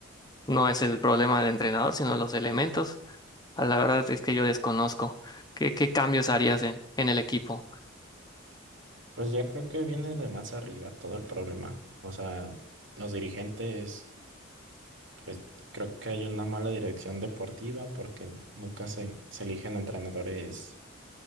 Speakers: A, on the left; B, on the right.
A: no es el problema del entrenador, sino los elementos. Ah, La verdad es que yo desconozco. ¿Qué, qué cambios harías en, en el equipo?
B: Pues ya creo que viene de más arriba todo el problema. O sea, los dirigentes, pues creo que hay una mala dirección deportiva porque nunca se, se eligen entrenadores